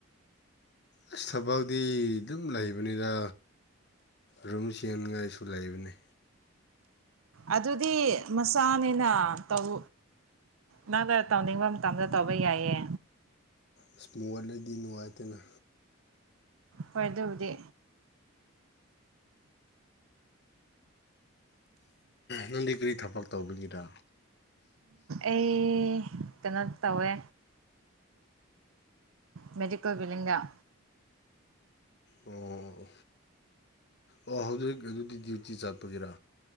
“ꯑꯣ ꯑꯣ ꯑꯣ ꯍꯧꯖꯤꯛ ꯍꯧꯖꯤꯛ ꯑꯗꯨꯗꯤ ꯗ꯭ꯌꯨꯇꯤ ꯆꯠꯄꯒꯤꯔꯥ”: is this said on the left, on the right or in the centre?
Left